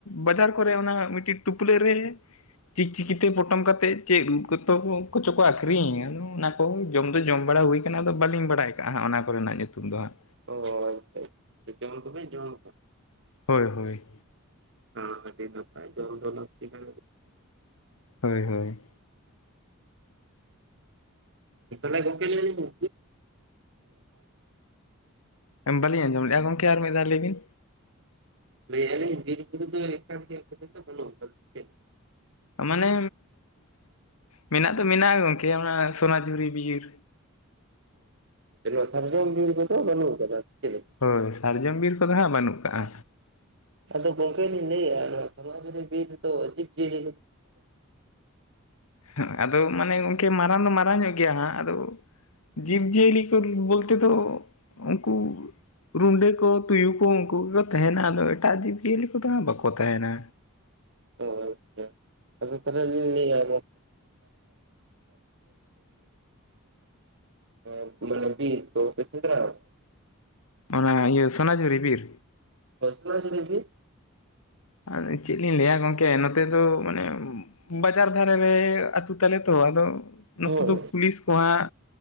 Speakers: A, on the left; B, on the right.
A: ᱵᱟᱡᱟᱨ ᱠᱚᱨᱮ ᱚᱱᱟ ᱢᱤᱫᱴᱤᱡ ᱴᱩᱯᱞᱟᱹᱜ ᱨᱮ ᱪᱤᱠᱪᱤᱠᱤ ᱛᱮ ᱯᱚᱴᱚᱢ ᱠᱟᱛᱮᱫ ᱪᱮᱫ ᱩᱫ ᱠᱚᱛᱚ ᱠᱚ ᱠᱚᱪᱚ ᱠᱚ ᱟᱠᱷᱨᱤᱧ ᱟᱫᱚ ᱚᱱᱟ ᱡᱚᱢ ᱫᱚ ᱡᱚᱢ ᱵᱟᱲᱟ ᱦᱩᱭ ᱠᱟᱱᱟ ᱟᱫᱚ ᱵᱟᱹᱞᱤᱧ ᱵᱟᱰᱟᱭ ᱠᱟᱜᱼᱟ ᱦᱟᱸᱜ ᱚᱱᱟ ᱠᱚ ᱨᱮᱱᱟᱜ ᱧᱩᱛᱩᱢ ᱫᱚ ᱦᱟᱸᱜ
B: ᱚ ᱟᱪᱪᱷᱟ ᱟᱪᱪᱷᱟ ᱡᱚᱢ ᱫᱚᱯᱮ ᱡᱚᱢ
A: ᱦᱳᱭ ᱦᱳᱭ
B: ᱟᱱ ᱟᱹᱰᱤ ᱱᱟᱯᱟᱭ ᱫᱚᱞᱚᱛ ᱛᱮᱜᱮ
A: ᱦᱳᱭ ᱦᱳᱭ
B: ᱛᱟᱞᱦᱮ ᱜᱚᱢᱠᱮ ᱞᱟᱹᱭ ᱫᱟᱞᱤᱧ
A: ᱵᱟᱹᱞᱤᱧ ᱟᱸᱡᱚᱢ ᱞᱮᱜᱼᱟ ᱜᱚᱢᱠᱮ ᱟᱨ ᱢᱤᱫ ᱫᱷᱟᱶ ᱞᱟᱹᱭ ᱵᱤᱱ
B: ᱞᱟᱹᱭ ᱮᱜᱼᱟ ᱵᱤᱨ ᱵᱷᱤᱛᱨᱤ ᱫᱚ ᱮᱠᱟᱞ
A: ᱢᱟᱱᱮ ᱢᱮᱱᱟᱜ ᱫᱚ ᱢᱮᱱᱟᱜ-ᱟ ᱜᱚᱝᱠᱮ ᱚᱱᱟ ᱥᱩᱱᱟᱡᱷᱩᱨᱤ ᱵᱤᱨ
B: <unintelligible> ᱥᱟᱨᱡᱚᱢ ᱵᱤᱨ ᱠᱚ ᱫᱚ ᱵᱟᱹᱱᱩᱜ ᱠᱟᱫᱟ ᱪᱮᱝ
A: ᱦᱳᱭ ᱥᱟᱨᱡᱚᱢ ᱵᱤᱨ ᱠᱚᱫᱚ ᱦᱟᱸᱜ ᱵᱟᱹᱱᱩᱜ ᱠᱟᱜ-ᱟ
B: ᱟᱫᱚ ᱜᱚᱝᱠᱮ ᱞᱤᱧ ᱞᱟᱹᱭᱮ-ᱟ ᱱᱚᱣᱟ ᱥᱩᱱᱟᱡᱷᱩᱨᱤ ᱵᱤᱨ ᱨᱮᱫᱚ ᱡᱤᱵᱷ ᱡᱤᱭᱟᱞᱤ
A: ᱦᱮᱸ ᱟᱫᱚ ᱢᱟᱱᱮ ᱜᱚᱝᱠᱮ ᱢᱟᱨᱟᱝ ᱫᱚ ᱢᱟᱨᱟᱝ ᱧᱚᱜ ᱜᱮᱭᱟ ᱦᱟᱸᱜ ᱟᱫᱚ ᱡᱤᱵᱽ ᱡᱤᱭᱟᱹᱞᱤ ᱠᱚ ᱵᱚᱞᱛᱮ ᱫᱚ ᱩᱱᱠᱩ ᱨᱩᱸᱰᱟᱹ ᱠᱚ ᱛᱩᱭᱩ ᱠᱚ ᱩᱱᱠᱩ ᱜᱮᱠᱚ ᱛᱟᱦᱮᱱᱟ ᱟᱫᱚ ᱮᱴᱟᱜ ᱡᱤᱵᱽ ᱡᱤᱭᱟᱹᱞᱤ ᱠᱚᱫᱚ ᱦᱟᱸᱜ ᱵᱟᱠᱚ ᱛᱟᱦᱮᱱᱟ,
B: ᱚ ᱟᱪᱪᱷᱟ ᱟᱫᱚ ᱛᱟᱦᱞᱮ ᱟᱹᱞᱤᱧ ᱞᱟᱹᱭᱮ ᱟ <inaudible> ᱚᱱᱟ ᱵᱤᱨ <unintelligible>
A: ᱚᱱᱟ ᱤᱭᱟᱹ ᱥᱚᱱᱟᱡᱷᱩᱨᱤ ᱵᱤᱨ
B: ᱦᱮᱸ ᱥᱩᱱᱟᱡᱷᱩᱨᱤ ᱵᱤᱨ
A: ᱟᱨ ᱪᱤᱫ ᱞᱤᱧ ᱞᱟᱹᱭᱟ ᱜᱚᱢᱠᱮ ᱱᱚᱛᱮ ᱫᱚ ᱢᱟᱱᱮ ᱵᱟᱡᱟᱨ ᱫᱷᱟᱨᱮ ᱨᱮ ᱟᱹᱛᱩ ᱛᱟᱞᱮ ᱛᱚ ᱟᱫᱚ ᱱᱚᱛᱮ
B: ᱦᱳᱭ
A: ᱫᱚ ᱯᱩᱞᱤᱥ ᱠᱚ ᱦᱟᱸᱜ